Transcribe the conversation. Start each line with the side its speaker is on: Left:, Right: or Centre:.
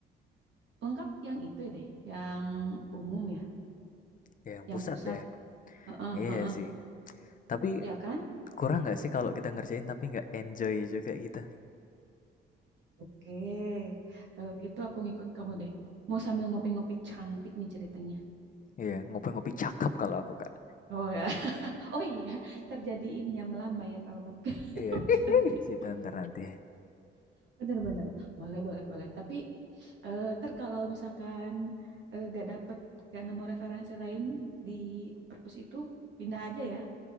Right: lengkap yang itu ya deh, yang umum ya,
Left: Ya, yang
Right: yang
Left: pusat
Right: pusat.
Left: deh.
Right: Heeh,
Left: Iya
Right: heeh.
Left: sih. Tapi
Right: Ya kan?
Left: kurang nggak sih kalau kita ngerjain tapi nggak enjoy juga gitu?
Right: Oke, kalau gitu aku ngikut kamu deh. Mau sambil ngopi-ngopi cantik nih ceritanya.
Left: Iya, ngopi-ngopi cakep kalau aku, Kak.
Right: Oh ya, <laughs> oh iya, terjadi ini ya melambai ya kalau mau <laughs>
Left: Iya, <laughs>
Right: cantik.
Left: kita ntar nanti.
Right: Bener-bener, boleh boleh boleh. Tapi eh, ter kalau misalkan eh, gak dapet, gak nemu referensi lain di perpus itu, pindah aja ya.